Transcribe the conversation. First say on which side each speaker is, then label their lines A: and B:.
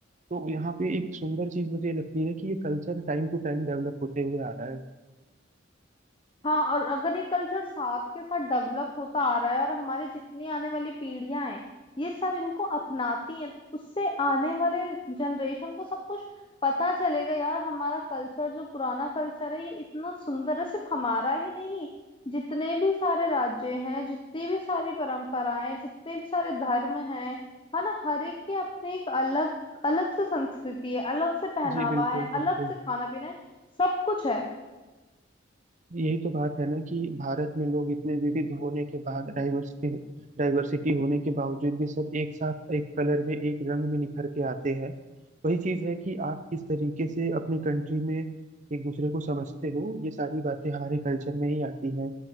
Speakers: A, on the right; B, on the left.
A: तो यहाँ पे एक सुंदर चीज मुझे लगती है कि ये culture time to time develop होते हुए आ रहा है
B: हाँ और अगर ये कल्चर साथ के साथ डेवलप होता आ रहा है और हमारी जितनी आने वाली पीढ़ियां हैं ये सब इनको अपनाती हैं तो उससे आने वाले जनरेशन को सब कुछ पता चलेगा यार हमारा कल्चर जो पुराना कल्चर है ये इतना सुंदर है सिर्फ हमारा ही नहीं जितने भी सारे राज्य हैं जितनी भी सारी परंपराएं जितने भी सारे धर्म हैं है ना हर एक के अपने एक अलग अलग से संस्कृति है अलग से पहनावा
A: जी बिल्कुल
B: है अलग
A: बिल्कुल
B: से खाना पीना है सब कुछ है
A: यही तो बात है ना कि भारत में लोग इतने विविध होने के बाद डाइवर्सिटी डाइवर्सिटी होने के बावजूद भी सब एक साथ एक कलर में एक रंग में निखर के आते हैं वही चीज है कि आप किस तरीके से अपनी कंट्री में एक दूसरे को समझते हो ये सारी बातें हमारे कल्चर में ही आती हैं